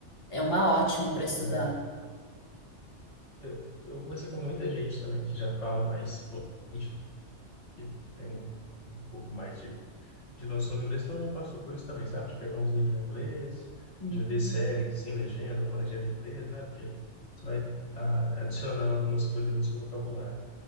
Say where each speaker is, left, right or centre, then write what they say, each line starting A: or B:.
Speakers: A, on the left; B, on the left.
A: é uma ótima para estudar.
B: É, Eu, eu conversei com muita gente também que já fala mais fluente, que tem um pouco mais de, de noção do inglês. Todo mundo passou por isso também, sabe? De pegar uns livros em inglês,
A: Hum,
B: de ver séries sem legenda ou com legenda em inglês, né? Porque você vai ah, adicionando algumas coisas no seu vocabulário.